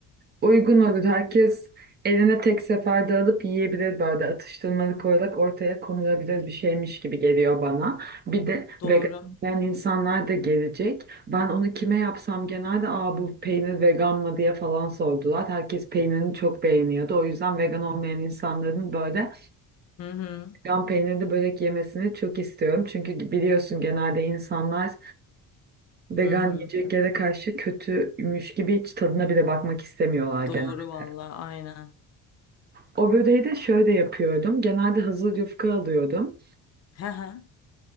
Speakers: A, on the right; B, on the left.
A: uygun olur. Herkes eline tek seferde alıp yiyebilir böyle atıştırmalık olarak ortaya konulabilir bir şeymiş gibi geliyor bana. Bir de
B: Doğru.
A: vegan yiyen insanlar da gelecek. Ben onu kime yapsam genelde aa bu peynir vegan mı diye falan sordular. Herkes peynirini çok beğeniyordu. O yüzden vegan olmayan insanların böyle
B: Hı hı.
A: vegan peynirli börek yemesini çok istiyorum. Çünkü biliyorsun genelde insanlar vegan
B: Hı hı.
A: yiyeceklere karşı kötüymüş gibi hiç tadına bile bakmak istemiyorlar genelde.
B: Doğru valla aynen.
A: O böreği de şöyle yapıyordum. Genelde hazır yufka alıyordum.
B: Hı hı.